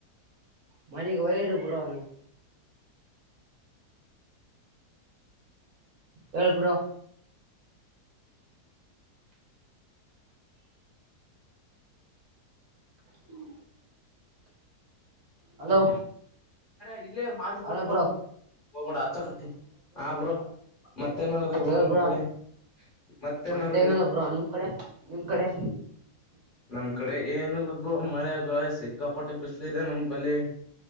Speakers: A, on the right; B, on the left.
A: ಮಣಕ್ ವೈರ್ ಬ್ರೋ ನೀವು ಹೇಳ್ ಬ್ರೋ ಹ್ಮ್ ಹಲೋ
B: ಅರೆ ಇ ಮಾ
A: ಹಲೋ
B: ಕೊಟ್ಟ ಬರ್ತ
A: ಬ್ರೋ
B: ಒಬ ಆಚಕತಿ ಆ ಬ್ರೋ ಮತ್ತೇ ನಡ ಬ
A: ಹೇಳ್
B: ನಿಮ್
A: ಬ್ರೋ
B: ಕಡೆ ಮತ್ತೇ
A: ಮತ್ತೇನಿಲ್ಲ
B: ನಡ
A: ಬ್ರೋ ನಿಮ್ ಕಡೆ ನಿಮ್ ಕಡೆ
B: ನಮ್ ಕಡೆ ಏನ್ ಇಲ್ಲಕ್ಕು ಮಳೆ ಸಿಕ್ಕಾಪಟ್ಟೆ ಬಿಸ್ಲಿದೆ ನಮ್ದ ಬಲ್ಲಿ